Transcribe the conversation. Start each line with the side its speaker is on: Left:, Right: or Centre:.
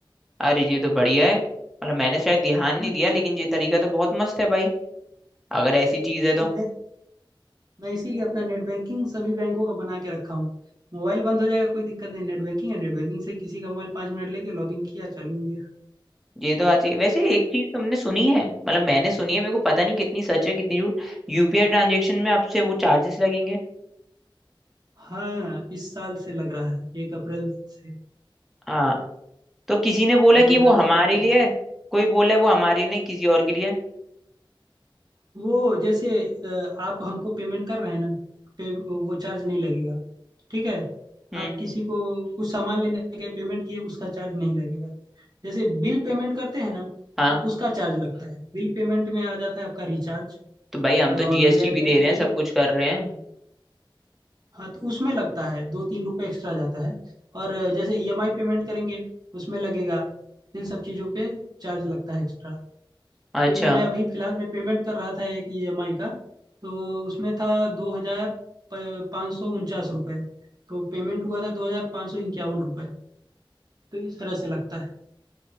Centre: अरे ये तो बढ़िया है मतलब मैंने शायद ध्यान नहीं
Right: हम्म
Centre: दिया लेकिन ये तरीका तो बहुत मस्त है भाई अगर ऐसी चीज है तो
Right: मैं मैं इसीलिए अपना नेट बैंकिंग सभी बैंकों का बना के रखा हूँ मोबाइल बंद हो जाएगा कोई दिक्कत नहीं नेट बैंकिंग है नेट बैंकिंग से किसी का मोबाइल पाँच मिनट लेके लॉगिन किया चालू हो गया
Centre: ये तो बात सही है वैसे एक चीज तुमने सुनी है मतलब मैंने सुनी है मेरे को पता नहीं कितनी सच है कितनी झूठ यूपीआई ट्रांजेक्शन में आपसे वो चार्जेस लगेंगे
Right: <laughs> हाँ इस साल से लग रहा है एक अप्रैल से
Centre: हाँ तो किसी ने बोला
Right: बहुत
Centre: कि वो
Right: ज़्यादा
Centre: हमारे
Right: चार्ज बढ़
Centre: लिए
Right: गया
Centre: है कोई बोला है वो हमारे लिए नहीं, किसी और के लिए है।
Right: वो जैसे अ, आप हमको पेमेंट कर रहे हैं ना पे वो चार्ज नहीं लगेगा ठीक है
Centre: हम्म
Right: आप किसी को कुछ सामान लेने के पेमेंट किए उसका चार्ज नहीं लगेगा जैसे बिल पेमेंट करते हैं ना
Centre: हाँ
Right: तो उसका चार्ज लगता है बिल पेमेंट में आ जाता है आपका रिचार्ज
Centre: तो भाई हम तो
Right: और
Centre: जीएसटी
Right: लैंडलाइन
Centre: भी दे रहे
Right: बिल
Centre: हैं सब कुछ कर रहे हैं
Right: हाँ तो उसमें लगता है दो तीन रुपए एक्स्ट्रा जाता है और जैसे ईएमआई पेमेंट करेंगे उसमें लगेगा इन सब चीज़ों पे चार्ज लगता है एक्स्ट्रा
Centre: अच्छा
Right: क्योंकि मैं अभी फिलहाल में पेमेंट कर रहा था एक ईएमआई का तो उसमें था दो हजार पाँच सौ उनचास रुपये तो पेमेंट हुआ था दो हजार पाँच सौ इक्यावन रुपये तो इस तरह से लगता है